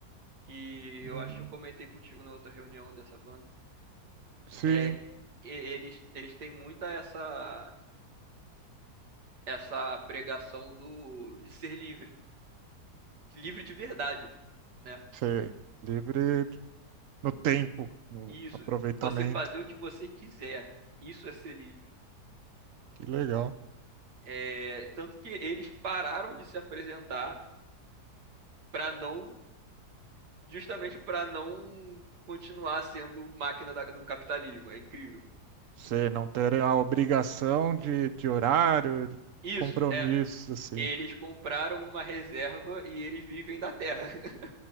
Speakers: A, on the right; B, on the right.
A: que eu
B: Hum,
A: acho que eu comentei contigo na outra reunião dessa banda.
B: sim,
A: É, e- eles, eles têm muita essa essa pregação do de ser livre, livre de verdade, né?
B: sei. Livre de- no tempo, no
A: Isso,
B: aproveitamento.
A: você fazer o que você quiser, isso é ser livre.
B: Que legal.
A: É, tanto que eles pararam de se apresentar para não, justamente para não continuar sendo máquina da- do capitalismo. É incrível.
B: Você não ter a obrigação de, de horário, de
A: Isso.
B: compromisso,
A: é
B: assim.
A: eles compraram uma reserva e eles vivem da terra. <laughs>